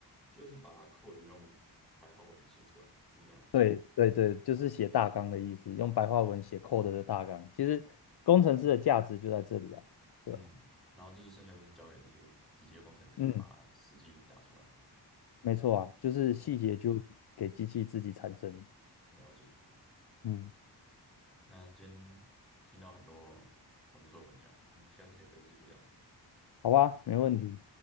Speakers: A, in the centre; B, on the left (about 65°).
A: 就是把 code 用白话文写出来嘛，是那样吗？
B: 对对对，就是写大纲的意思，用白话文写 code 的大纲。其实工程师的价值就在这里啊，
A: 嗯，
B: 对啊，
A: 然后就是剩下就是交给那些机械工程师去把它实际打出来嘛。
B: 嗯，没错啊，就是细节就给机器自己产生。
A: 哦，了解。
B: 嗯，
A: 那今天听到很多很不错的分享，我们下次可以再继续聊。
B: 好吧，没问题。